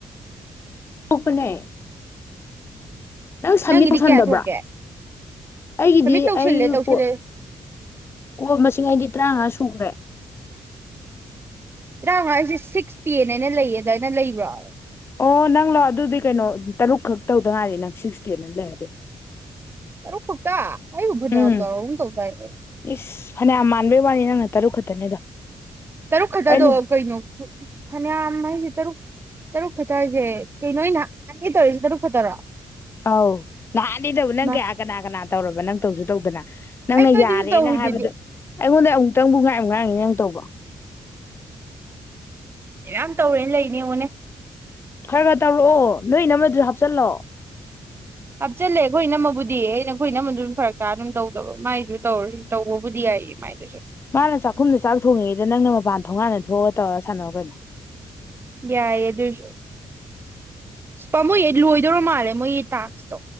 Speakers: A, on the left; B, on the right.
A: ꯄꯨꯅꯦ ꯅꯪ ꯁꯕꯃꯤꯠ
B: ꯅꯪꯒꯤꯗꯤ
A: ꯇꯧꯁꯟꯗꯕ꯭ꯔꯥ
B: ꯀꯌꯥ ꯊꯣꯛꯀꯦ
A: ꯑꯩꯒꯤꯗꯤ
B: ꯁꯕꯃꯤꯠ ꯇꯧꯁꯤꯜꯂꯦ
A: ꯑꯩ
B: ꯇꯧꯁꯤꯜꯂꯦ
A: ꯀ ꯀꯣ ꯃꯁꯤꯡ ꯑꯩꯗꯤ ꯇꯔꯥꯃꯉꯥ ꯁꯨꯈ꯭ꯔꯦ
B: ꯑꯉꯥꯡ ꯍꯥꯏꯁꯦ ꯁꯤꯛꯁ ꯇꯦꯟ ꯍꯥꯏꯅ ꯂꯩꯌꯦ ꯑꯗꯨꯃꯥꯏꯅ ꯂꯩꯕ꯭ꯔꯣ
A: ꯑꯣ ꯅꯪ ꯂꯥꯛꯑꯣ ꯑꯗꯨꯗꯤ ꯀꯩꯅꯣ ꯇꯔꯨꯛ ꯈꯛ ꯇꯧꯗꯉꯥꯏꯗꯤ ꯅꯪ ꯁꯤꯛꯁꯇꯤꯅ ꯂꯩꯔꯗꯤ
B: ꯇꯔꯨꯛ ꯈꯛꯇ ꯑꯩꯕꯨ ꯐꯅꯌꯥꯝ
A: ꯎꯝ
B: ꯆꯥꯎꯔꯒꯨꯝ ꯇꯧꯗꯥꯏ
A: ꯏꯁ ꯐꯅꯌꯥꯝ ꯃꯥꯟꯕꯩ ꯋꯥꯅꯤ ꯅꯪꯅ ꯇꯔꯨꯛ ꯈꯛꯇꯅꯤꯗꯣ
B: ꯇꯔꯣ ꯈꯊꯗꯣ
A: ꯑꯩꯅ
B: ꯀꯣꯏꯅ ꯐꯅꯌꯥꯝ ꯍꯥꯏꯁꯦ ꯇꯔꯨꯛ ꯇꯔꯨꯛ ꯈꯛꯇ ꯍꯥꯏꯁꯦ ꯀꯩꯅꯣ ꯍꯟꯗ ꯇꯧꯔꯤꯁꯦ ꯇꯔꯨꯛ ꯈꯛꯇꯔꯣ
A: ꯑꯧ ꯅꯍꯥꯟꯅꯤꯗꯕꯨ ꯅꯪꯒꯤ
B: ꯃꯥ
A: ꯑꯥ ꯀꯅꯥ ꯀꯅꯥ ꯇꯧꯔꯕ ꯅꯪ ꯇꯧꯁꯨ ꯇꯧꯗꯅ ꯅꯪꯅ
B: ꯑꯩ ꯅꯣꯏꯗꯁꯨ
A: ꯌꯥꯔꯦꯅ
B: ꯇꯧꯔꯤꯗꯨꯗꯤ
A: ꯍꯥꯏꯕꯗꯣ ꯑꯩꯉꯣꯟꯗ ꯑꯃꯨꯛꯇꯪꯕꯨ ꯉꯥꯏ ꯑꯃ ꯉꯥꯡꯉꯤ ꯅꯪ ꯇꯧꯕ
B: ꯌꯥꯝ ꯇꯧꯔꯦꯅ ꯂꯩꯅꯦꯉꯣꯟꯅꯦ
A: ꯈꯔ ꯈꯔ ꯇꯧꯔꯛꯑꯣ ꯅꯣꯏ ꯅꯝꯃꯗꯨ ꯍꯥꯞꯆꯤꯜꯂꯣ
B: ꯍꯥꯞꯆꯜꯂꯦ ꯑꯩꯈꯣꯏ ꯅꯝꯃꯕꯨꯗꯤ ꯑꯩꯅ ꯑꯩꯈꯣꯏ ꯅꯝꯃꯗꯨ ꯑꯗꯨꯝ ꯐꯔꯛ ꯇꯥ ꯑꯗꯨꯝ ꯇꯧꯗꯕ ꯃꯥꯏꯁꯨ ꯇꯧꯔ ꯇꯧꯕꯕꯨꯗꯤ ꯌꯥꯏꯌꯦꯃꯥꯏꯅ
A: ꯃꯥꯅ ꯆꯥꯛꯈꯨꯝꯗ ꯆꯥꯛ ꯊꯣꯡꯉꯦꯗ ꯅꯪꯅ ꯃꯄꯥꯟ ꯊꯣꯡꯒꯥꯟꯅ ꯊꯣꯛꯑꯒ ꯇꯧꯔꯒ ꯁꯥꯟꯅꯔ ꯀꯩꯅꯣ
B: ꯌꯥꯏꯌꯦ ꯑꯗꯨꯁꯨꯥꯃꯣꯏ ꯂꯣꯏꯗꯧꯔ ꯃꯥꯜꯂꯦ ꯃꯣꯏꯒꯤ ꯇꯥꯛꯁꯇꯣ